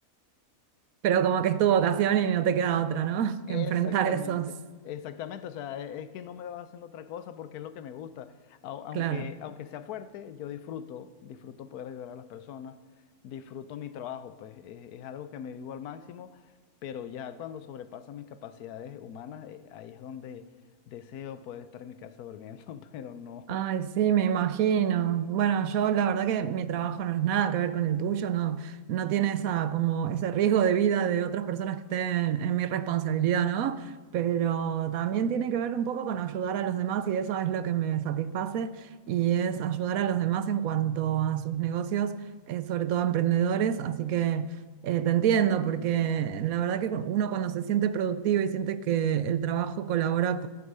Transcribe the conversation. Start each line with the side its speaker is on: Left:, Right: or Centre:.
Right: Pero como que es tu vocación y no te queda otra, ¿no? <laughs>
Left: Exactamente,
Right: Que enfrentar esos,
Left: exactamente, o sea, e- es que no me va haciendo otra cosa porque es lo que me gusta. Au- Aunque,
Right: claro.
Left: aunque sea fuerte, yo disfruto, disfruto poder ayudar a las personas, disfruto mi trabajo, pues es, es algo que me vivo al máximo, pero ya cuando sobrepasa mis capacidades humanas, eh, ahí es donde deseo poder estar en mi casa durmiendo, <laughs> pero no.
Right: Ay, sí, me imagino. Bueno, yo la verdad que mi trabajo no es nada que ver con el tuyo, no, no tiene esa, como ese riesgo de vida de otras personas que estén en mi responsabilidad, ¿no? Pero también tiene que ver un poco con ayudar a los demás y eso es lo que me satisface y es ayudar a los demás en cuanto a sus negocios, eh, sobre todo a emprendedores. Así que eh, te entiendo porque la verdad que uno cuando se siente productivo y siente que el trabajo colabora